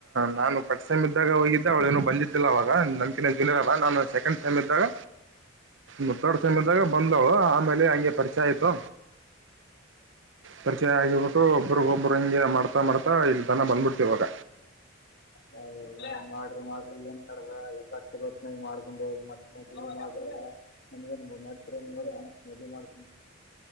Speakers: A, on the right; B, on the left.
A: ನಾಲಕ ಪರ್ಸೆಂಟ್ ಇದ್ದಾಗ ಹೋಗಿದ್ದೆ ಅವಳ ಏನನು ಬಂದಿದ್ದಿಲ್ಲ ಅವವಾಗ ನನ್ಂತ ಜುನಿಯರ್ ಅಲ್ಲ ನಾನು ಸೆಕೆಂಡ ಸೆಮ್ ಇದ್ದಾಗ ಮುತ್ತಾಡ್ ಸಮಯದಾಗ ಬಂದವಳು ಆಮೇಲೆ ಹಂಗೆ ಪರಿಚಯ ಆಯ್ತು ಪರಿಚಯ
B: ಹೌದಾ?
A: ಆಗಿಬಿಟ್ಟು ಒಬ್ರಗೊಬ್ಬರು ಹಂಗೆ ಮಾಡ್ತಾ ಮಾಡ್ತಾ ಇಲ್ತನ ಬಂದ್ಬಿಡ್ತಿವಾಗ
B: ಹೌ ಮಾಡ್ರಿ ಮಾಡ್ರಿ ಏನ್ ಮಾಡ ಎಲ್ಲ ಚಲತ್ ಮಾಡ್ಕೊಂಡ್ ಹ್ರತ್ತ ನಗನ್ ಮಾಡ್ತರ ನೋ ಮದುವವಿ ಮಾಡ್ತ